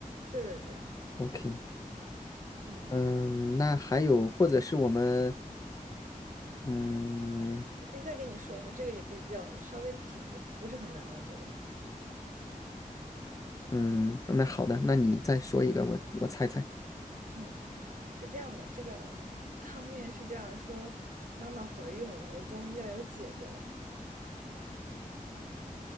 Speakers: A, on the right (about 65°); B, on the left (about 25°).
A: 对对对，
B: ？OK，
A: 嗯，
B: 嗯，那还有或者是我们，嗯
A: 我可以再跟你说一个，这个也比较稍微挺不是很难，我觉得。
B: 嗯，那好的，那你再说一个，我我猜猜，
A: 嗯。是这样的，这个汤面是这样的说妈妈怀孕了，我终于要有姐姐了。